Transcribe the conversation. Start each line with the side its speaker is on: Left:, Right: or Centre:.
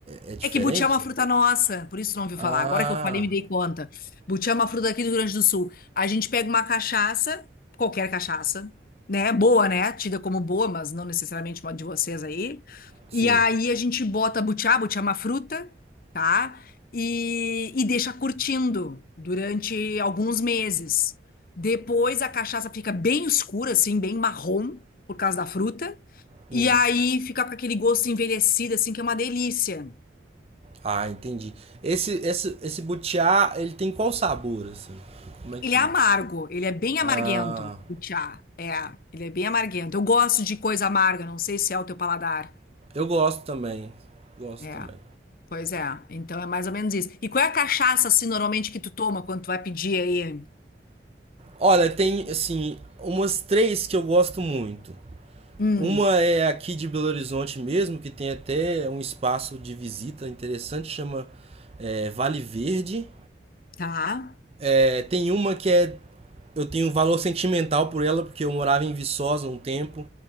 Right: é é diferente?
Left: É que butiá é uma fruta nossa, por isso não ouviu
Right: Ah,
Left: falar. Agora que eu falei, me dei conta. Butiá é uma fruta aqui do Rio Grande do Sul. A gente pega uma cachaça, qualquer cachaça, né? Boa, né? Tida como boa, mas não necessariamente uma de vocês aí.
Right: sim.
Left: E aí a gente bota butiá, butiá é uma fruta, tá? E, e deixa curtindo durante alguns meses. Depois a cachaça fica bem escura, assim, bem marrom, por causa da fruta.
Right: Hum.
Left: E aí fica com aquele gosto envelhecido, assim, que é uma delícia.
Right: Ah, entendi. Esse, esse, esse butiá, ele tem qual sabor, assim? Como é que...
Left: Ele é amargo, ele é bem
Right: Ah...
Left: amarguento, o chá. É, ele é bem amarguento. Eu gosto de coisa amarga, não sei se é o teu paladar.
Right: Eu gosto também. Gosto
Left: É,
Right: também.
Left: pois é. Então é mais ou menos isso. E qual é a cachaça, assim, normalmente que tu toma quando tu vai pedir aí?
Right: Olha, tem assim, umas três que eu gosto muito.
Left: Hum,
Right: Uma é aqui de Belo Horizonte mesmo, que tem até um espaço de visita interessante, chama é, Vale Verde.
Left: tá.
Right: É, tem uma que é. Eu tenho um valor sentimental por ela, porque eu morava em Viçosa um tempo.